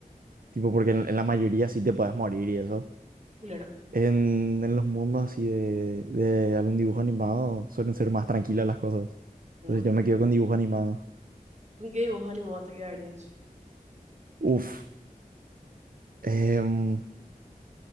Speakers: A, on the right; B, on the right.
A: tipo, porque en, en la mayoría sí te puedes morir y eso.
B: Claro.
A: En, en los mundos así de, de algún dibujo animado suelen ser más tranquilas las cosas. Entonces
B: Mm,
A: yo
B: sí.
A: me quedo con dibujo animado.
B: ¿Con qué dibujo animado te quedarías?
A: Uf. em,